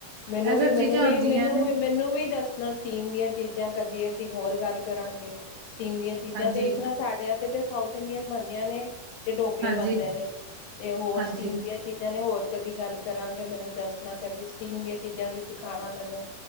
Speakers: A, on the left; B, on the right.
A: ਮੈਨੂੰ
B: ਇਹ
A: ਵੀ
B: ਸਭ
A: ਮੈਨੂੰ
B: ਚੀਜ਼ਾਂ
A: ਵੀ
B: ਆਦੀਆਂ
A: ਮੈਨੂੰ
B: ਨੇ।
A: ਵੀ ਮੈਨੂੰ ਵੀ ਦੱਸਨਾ ਸਟੀਮ ਦੀਆ ਚੀਜ਼ਾ ਕਦੇ ਅਸੀਂ ਹੋਰ ਗੱਲ ਕਰਾਂਗੇ ਸਟੀਮ ਦੀਆ ਚੀਜ਼ਾਂ
B: ਹਾਂਜੀ
A: ਤੇ ਇਸਰ੍ਹਾਂ ਸਾਡੇ ਤੇ ਸਾਊਥ ਇੰਡੀਅਨ ਬਣਦੀਆਂ ਨੇ ਤੇ ਢੋ ਕਲੇ
B: ਹਾਂਜੀ
A: ਬਣਦੇ ਨੇ ਤੇ ਹੋਰ
B: ਹਾਂਜੀ
A: ਸਟੀਮ ਦੀਆ ਚੀਜ਼ਾਂ ਨੇ ਹੋਰ ਕਦੀ ਗੱਲ ਕਰਾਂਗੇ ਮੈਨੂੰ ਦੱਸਣਾ ਕਦੀ ਸਟੀਮ ਦੀਆਂ ਚੀਜ਼ਾਂ ਵੀ ਸਿਖਾਉਣਾ ਮੈਨੂੰ।